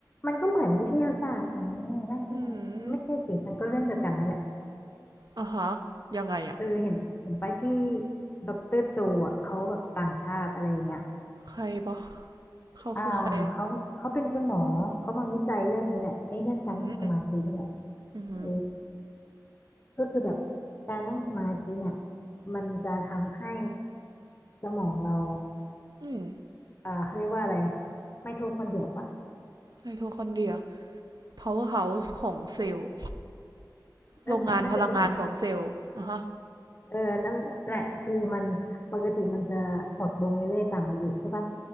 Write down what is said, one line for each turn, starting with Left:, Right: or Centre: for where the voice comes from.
Left: มันก็เหมือนวิทยาศาสตร์ไงนั่งสมาธิไม่ใช่สิมันก็เรื่องเดียวกันนั่นแหละ
Right: อืมอ่ะฮะยังไงอ่ะ
Left: เออเห็นเห็นไปที่ดอกเตอรโจอ่ะเขาแบบต่างชาติอะไรอย่างเงี้ย
Right: ใครปะเขาคือใคร
Left: อ่าเขาเขาเป็นคุณหมอเขามาวิจัยเรื่องนี้แหละไอ้เรื่องการนั่งสมาธินี่แหละ
Right: อืมอืออ
Left: เออก็คือแบบการนั่งสมาธิเนี่ยมันจะทำให้สมองเราอ่ะ
Right: ืม
Left: อ่าเขาเรียกว่าอะไรไมโทคอนเดรียปะ
Right: ในโทคอนเดรีย powerhouse ของเซลล์
Left: นั่นแหละน่าจะเป็นแบบ
Right: โรงงานพลังงานของเซลล์อ่ะฮะ
Left: เออนั่นแหละคือมันปกติมันจะหดลงเรื่อยๆตามอายุใช่ปะ